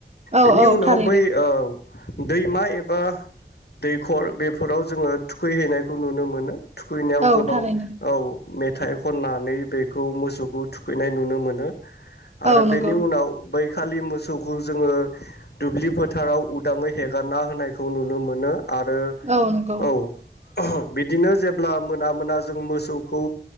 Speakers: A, on the right (about 40°); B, on the left (about 75°).
A: औ
B: बेनि
A: औ
B: उनाव
A: थारैनो
B: बै ओ दैमा एबा दैखर बेफोराव जोङो थुखैहैनायखौ नुनो मोनो थुखैनायाव
A: औ
B: गोबां
A: थारैनो
B: औ मेथाइ खननानै बेखौ मोसौखौ थुखैनाय नुनो मोनो आरो
A: औ नंगौ
B: बेनि उनाव बै खालि मोसौखौ जोङो दुब्लि फोथाराव उड दाङै हेगारना होनायखौ नुनो मोनो आरो
A: औ नंगौ
B: औ बिदिनो जेब्ला मोना मोना जों मोसौखौ